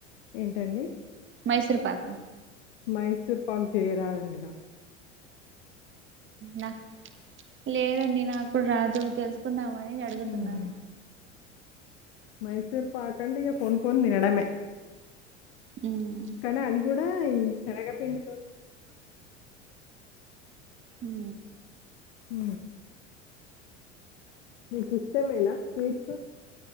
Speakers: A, on the left; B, on the right.
A: ఏంటండి
B: మైసూర్ పాకు
A: మైసూర్ పాక్ చేయరాదండి నా.
B: నాక్ లేదండి, నాకు రాదు తెలుసుకుందామ. ని అడుగుతున్నాను
A: హ్మ్. మైసూర్ పాకంటే ఇగ కొనుక్కొని తినడమే.
B: ఉమ్
A: కానీ అది కూడా ఈ శనగపిండి.
B: హూ
A: హు మీకు ఇష్టమేనా స్వీట్స్.